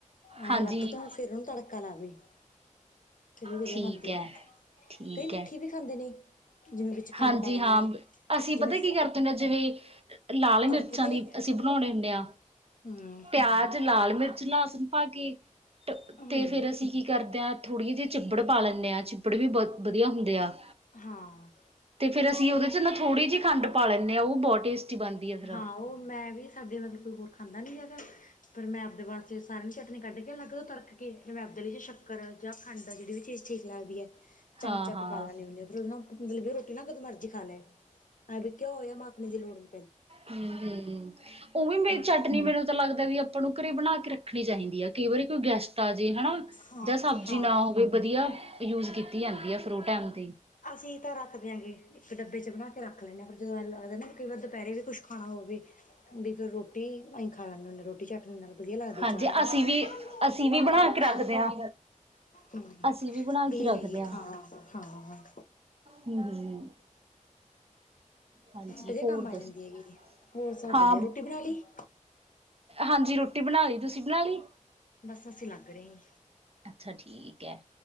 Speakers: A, on the left (about 80°); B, on the right (about 50°).
A: ਆਂ
B: ਹਾਂਜੀ
A: ਲੱਗਦਾ ਫਿਰ ਤੋਂ ਉਹਨੂੰ ਤੜਕਾ ਲਾ ਦੇਈ ਦਾ ਫਿਰ ਵੀ ਵਧੀਆ
B: ਠੀਕ
A: ਬਣਦੀ
B: ਹੈ
A: ਆ,
B: ਠੀਕ
A: ਕਈ ਮਿੱਠੀ
B: ਹੈ
A: ਵੀ ਖਾਂਦੇ ਨੇ। ਜਿਵੇਂ ਵਿੱਚ ਖੰਡ
B: ਹਾਂਜੀ,
A: ਪਾ ਲੈਂਦੇ
B: ਹਾਂ
A: ਨੇ
B: ਅਸੀਂ
A: ਜਿਵੇਂ
B: ਪਤਾ ਕੀ ਕਰਦੇ ਹੁੰਦੇ, ਜਿਵੇਂ ਲਾਲ
A: ਤੜਕ
B: ਮਿਰਚਾਂ
A: ਕੇ
B: ਦੀ ਅਸੀਂ, ਬਣਾਉਣੇ ਹੁੰਣੇ ਹਾਂ
A: ਹਮ
B: ਪਿਆਜ ਲਾਲ ਮਿਰਚ ਲਸਣ ਪਾ ਕੇ,
A: ਹਮ
B: ਤੇ ਫੇਰ ਅਸੀਂ ਕੀ ਕਰਦੇ ਹਾਂ, ਥੋੜ੍ਹੀ ਜਿਹੀਆਂ ਚਿੱਪੜ ਪਾ ਲੈਂਣੇ ਹਾਂ। ਚਿੱਬੜ ਵੀ ਬਹੁੱਤ ਵਧੀਆ ਹੁੰਦੇ ਆ
A: ਹਾਂ
B: ਤੇ ਫਿਰ ਅਸੀਂ ਉਦੇ ਚ, ਥੋੜ੍ਹੀ ਜਿਹੀ ਖੰਡ ਪਾ ਲੈਂਣੇ ਹਾਂ, ਉਹ ਬਹੁਤ ਟੇਸਟੀ ਬਣਦੀ ਆ ਫਿਰ
A: ਹਾਂ ਉਹ ਮੈਂ ਵੀ ਸਾਡੇ ਮਤਲਬ ਕੋਈ ਹੋਰ ਖਾਂਦਾ ਨਈ ਹੈ ਗਾ ਫੇਰ ਮੈਂ ਆਪਦੇ ਵਾਸਤੇ, ਸਾਰਿਆਂ ਨੇ ਚਟਨੀ ਕੱਢ ਕੇ ਅਲੱਗ ਤੋਂ ਤੜਕ ਕੇ, ਫਿਰ ਮੈਂ ਆਪਦੇ ਲਈ ਸ਼ੱਕਰ ਜਾਂ ਖੰਡ, ਜਿਹੜੀ ਵੀ ਚੀਜ਼ ਠੀਕ ਲੱਗਦੀ ਅ ਚਮਚਾ
B: ਹਾਂ
A: ਕੁ
B: ਹਾਂ
A: ਪਾ ਲੈਂਨੀ ਹੁੰਦੀ ਆ ਫਿਰ ਉਹ ਨਾ ਮਤਲਬ ਕਿ ਰੋਟੀ ਨਾ, ਕਦੋਂ ਮਰਜ਼ੀ ਖਾ ਲੈ ਐਵੇ ਕਿਉ ਹੋਇ ਉ ਮਾਸੀ ਜੀ ਦੀ ਲੋੜੀ
B: ਹ ਹਮ ਉਹ ਵੀ
A: ਹੂੰ।
B: ਮੇ ਚ <inaudible> ਨ ਮੈਨੂੰ ਤਾਂ ਲੱਗਦਾ ਵੀ, ਆਪਾਂ ਨੂੰ ਘਰੇ ਬਣਾ ਕੇ, ਰੱਖਣੀ ਚਾਹੀਦੀ ਹੈ। ਕਈ ਵਾਰੀ, ਕੋਈ ਗੈਸਟ ਆ ਜੇ ਹਨਾ,
A: ਹਾਂ
B: ਜਾਂ ਸਬਜ਼ੀ
A: ਹਾਂ।
B: ਨਾ ਹੋਵੇ ਵਧੀਆ ਯੂਜ ਕੀਤੀ ਜਾਂਦੀ ਹੈ, ਫਰੂਟ ਟਾਈਮ 'ਤੇ
A: ਅਸੀਂ ਤਾਂ ਰੱਖ ਦਿਆਂਗੇ, ਇੱਕ ਡੱਬੇ ਚ ਬਣਾ ਕੇ ਰੱਖ ਲੈਂਦੇ ਹਾਂ, ਪਰਿਰ ਜਦੋਂ ਐ ਲੱਗਦਾ ਨਾ ਕਈ ਵਾਰ ਦੁਪਹਿਰੇ ਵੀ ਕੁਛ ਖਾਣਾ ਉਹ ਵੀ ਫਿਰ ਰੋਟੀ ਅਸੀਂ ਖਾ ਲੈਂਦੇ ਹੁੰਣ ਦੇ ਰੋਟੀ ਚਟਨੀ ਨਾਲ ਵਧੀਆ ਲੱਗਦੀ
B: ਹਾਂਜੀ
A: ਚਾਹ ਨਾਲ।
B: ਅਸੀਂ
A: ਮੰਮਾ
B: ਵੀ
A: ਮੈਂ
B: ਅਸੀਂ ਵੀ
A: ਖਾਊਂਗਾ।
B: ਬਣਾ ਕੇ ਰੱਖਦੇ ਹਾਂ।
A: ਹੂੰ
B: ਅਸੀਂ ਵੀ ਬਣਾ ਕੇ ਰੱਖਦੇ
A: ਇਹ
B: ਹਾਂ
A: ਹਾਂ-ਹਾਂ।
B: ਹੂੰ, ਹੂੰ। ਹਾਂਜੀ
A: ਵਧੀਆ
B: ਹੋਰ
A: ਕੰਮ ਆ
B: ਦੱਸੋ
A: ਜਾਂਦੀ ਹੈਗੀ, ਹੋਰ ਸਭ
B: ਹਾਂ
A: ਵਧੀਆ ਰੋਟੀ ਬਣਾ ਲਈ।
B: ਹਾਂਜੀ ਰੋਟੀ ਬਣਾ ਲਈ, ਤੁਸੀਂ ਬਣਾ ਲਈ?
A: ਬਸ ਅਸੀਂ ਲੱਗ ਰਹੇ ਆ।
B: ਅੱਛਾ ਠੀਕ ਹੈ,